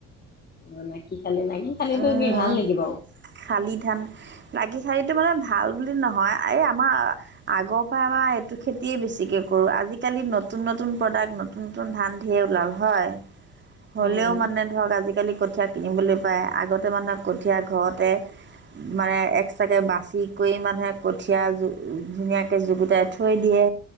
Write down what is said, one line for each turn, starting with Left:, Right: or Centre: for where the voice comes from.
Left: অ', নাকি খালে নাকি খালেতো
Right: উম,
Left: কি ভাল নেকি বাৰু?
Right: শালি ধান লাগি শাৰীটো মানে ভাল বুলি নহয়। এই আমাৰ আগৰ পৰা আমাৰ এইটো খেতিয়ে বেছিকে কৰোঁ আজিকালি নতুন নতুন প্ৰডাক্ট নতুন নতুন ধান ধেৰ ওলাল হয়। হ'লেও
Left: উম,
Right: মানে ধৰক আজিকালি কঠীয়া কিনিবলৈ পায় আগতে মানুহে কঠীয়া ঘৰতে মানে এক্সট্ৰাকৈ বাচি ল'বলৈ কৰি মানুহে কঠীয়া জু ধুনীয়াকৈ জুগুটাই থৈ দিয়ে।